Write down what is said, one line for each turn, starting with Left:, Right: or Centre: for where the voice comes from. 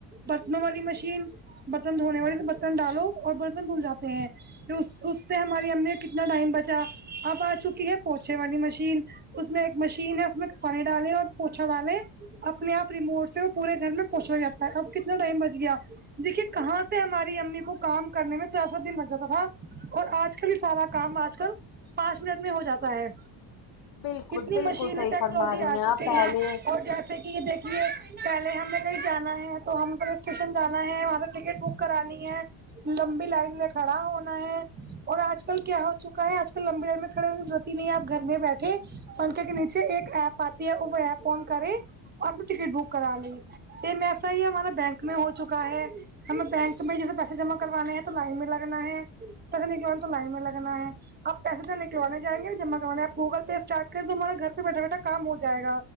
Right: برتنوں والی مشین برتن دھونے والی تو برتن ڈالو اور برتن دھل جاتے ہیں پھر اس سے ہماری ہم نے کتنا ٹائم بچا اب آ چکی ہے پوچھے والی مشین اس میں ایک مشین ہے اس میں پانی ڈالے اور پوچھا والالے اپنے آپ ریموٹ سے وہ پورے گھر میں پوچھا لگتا ہے اب کتنا ٹائم بچ گیا دیکھیے کہاں سے ہماری امی کو کام کرنے میں چاہا دن لگ جاتا تھا اور آج کل یہ سارا کام آج کل پانچ منٹ میں ہو جاتا ہے
Left: بالکل
Right: کتنی
Left: بالکل
Right: مشینیں
Left: صحیح
Right: ٹیکنالوجی
Left: فرما رہی
Right: آ چکی
Left: آپ پہلے
Right: ہیں اور جیسے کہ دیکھیے پہلے ہمیں کہیں جانا ہے تو ہم پہلے اسٹیشن جانا ہے وہاں سے ٹکٹ بک کرانی ہے لمبی لائن میں کھڑا ہونا ہے اور آج کل کیا ہو چکا ہے آج کل لمبی لائن میں کھڑے ہو جاؤ کی نہیں آپ گھر میں بیٹھے پنکھے کے نیچے ایک ایپ آتی ہے ا ور وه ایپ آن کرے اپ نے ٹکٹ بک کرانی ایم ایس ائی والا بینک میں ہو چکا ہے ہمیں بینک میں جیسے پیسے جمع کروانے ہیں تو لائن میں لگنا ہے چک لے جاؤں تو لائن میں لگنا ہے اپ پیسے تو لے کے وانا جائیں گے جمع کروانے گوگل پہ چیٹ کر تمہارا گھر پہ بیٹھے بیٹھے کام ہو جائے